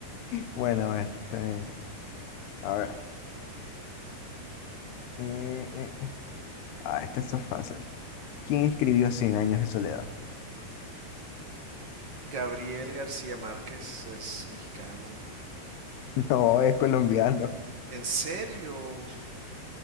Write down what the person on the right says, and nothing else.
Gabriel García Márquez es mexicano.
¿En serio?